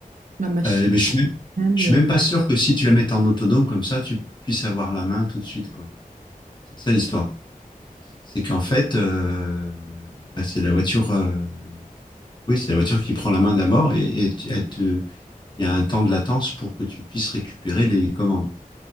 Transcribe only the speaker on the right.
la machine
même,